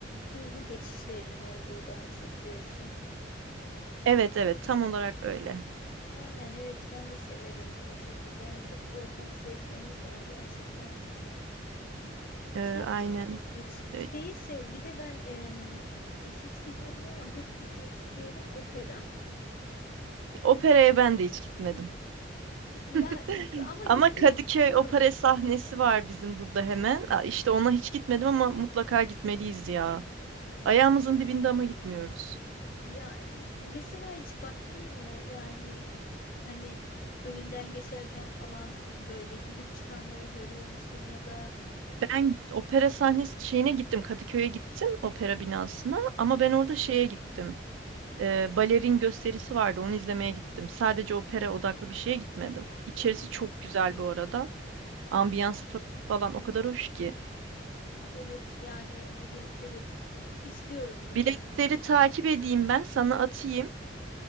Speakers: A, on the left; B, on the right.
A: duygu geçişlerinin olduğu daha çok diyorsun.
B: Evet evet tam olarak öyle.
A: Aynen evet ben de severim o şekilde. Yani çok ortak zevklerimiz var gerçekten.
B: E,
A: Tiyatro,
B: aynen.
A: evet.
B: E,
A: Şeyi se- bir de ben em, hiç gitmedim ama hep gitmek istiyorum opera.
B: operaya ben de hiç gitmedim.
A: Ya
B: <laughs>
A: e, ama gitmek
B: Ama Kadıköy
A: istiyorum.
B: Opera sahnesi var bizim burada hemen. Aa, İşte ona hiç gitmedim ama mutlaka gitmeliyiz ya. Ayağımızın dibinde ama gitmiyoruz.
A: Ya e, mesela hiç baktın mı yani e, hani önünden geçerken falan böyle girip çıkanları görüyor musun ya da
B: Ben opera sahnesi şeyine gittim. Kadıköy'e gittim opera binasına ama ben orada şeye gittim. Ee, balerin gösterisi vardı onu izlemeye gittim. Sadece opera odaklı bir şeye gitmedim. İçerisi
A: Hı,
B: çok güzel bu arada. Ambiyansı fa- falan o kadar hoş ki.
A: evet yani bir gün evet istiyorum gitmek.
B: Biletleri takip edeyim ben sana atayım.